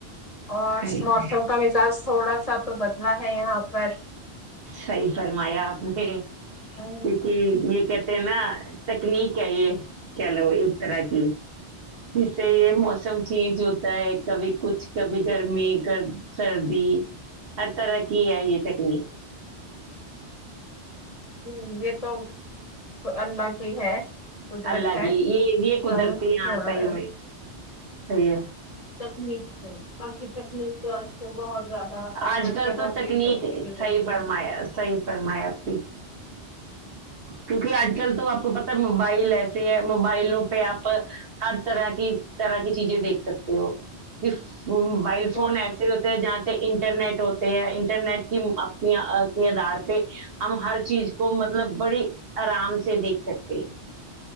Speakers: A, on the left (about 35°); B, on the right (about 60°).
A: اور
B: صحیح
A: موسم کا مزاز تھوڑا سا تو بدلا ہے یہاں پر
B: صحیح فرمایا اپ نے
A: ہم،
B: کیونکہ یہ کہ ھے نا ٹکنیک ہے یہ کہ لو ایک طرح کی جس سے یہ موسم چینج ہوتا ہے کبھی کچھ کبھی گرمی گر سردی ہر طرح کی ہے یہ ٹکنی
A: ھمم یہ تو اللہ کی ہے قدرت
B: اللہ
A: ہے
B: کی یہ یہ قدرتی
A: تو ہاں
B: یہ صحیح میں
A: ٹکنیک ہے باقی ٹکنیک جو اج کل بہت زیادہ
B: اج
A: ہر
B: کل
A: جگہ
B: تو ٹکنیک
A: پہ ہی ہوتے
B: صحیح فرمایا صحیح فرمایا اپی کیونکہ آج کل تو آپ کو پتا ہے موبائل ایسے ہے موبائلوں پہ اپ ہر طرح کی طرح کی چیزیں دیکھ سکتے ہو موبائل فون
A: ہیں
B: ایسے ہوتے ہیں جہاں سے انٹرنیٹ ہوتا ھے انٹرنیٹ کی اپنی آ آدھار پہ ہم ہر چیز کو مطلب بڑے آرام سے دیکھ سکتے ہیں